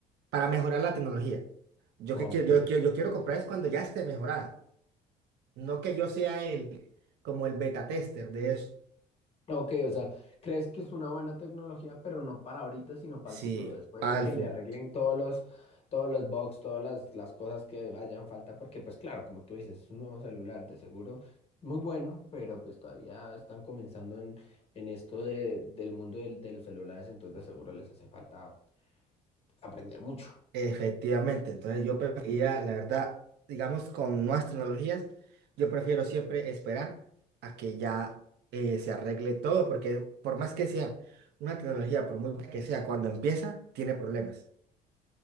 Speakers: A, on the right; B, on the left.
A: para mejorar la tecnología. Yo
B: Ok.
A: que quiero, yo quiero, yo quiero comprar es cuando ya esté mejorada. No que yo sea el, como el beta tester de eso.
B: Ok, o sea, crees que es una buena tecnología, pero no para ahorita, sino para
A: Sí,
B: el futuro, después
A: para
B: de que
A: palfo
B: le arreglen todos los, todos los bugs, todas las, las cosas que hayan falta, porque pues claro, como tú dices, es un nuevo celular de seguro muy bueno, pero pues todavía están comenzando en, en esto de- del mundo del- de los celulares, entonces de seguro les hace falta aprender mucho.
A: Efectivamente, entonces yo preferiría, la verdad, digamos, con nuevas tecnologías, yo prefiero siempre esperar a que ya eh, se arregle todo, porque por más que sea una tecnología, por muy buena que sea, cuando empieza, tiene problemas.